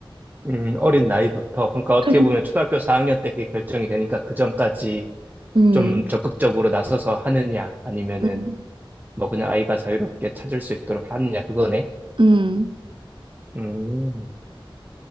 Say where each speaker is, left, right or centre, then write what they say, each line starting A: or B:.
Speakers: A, on the right; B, on the right.
A: 응. 어린 나이부터. 그러니까 어떻게
B: <laughs>
A: 보면 초등학교 4학년 때 그게 결정이 되니까 그 전까지
B: 음,
A: 좀 적극적으로 나서서 하느냐 아니면은
B: 음,
A: 뭐 그냥 아이가 자유롭게 찾을 수 있도록 하느냐 그거네.
B: 음.
A: 음,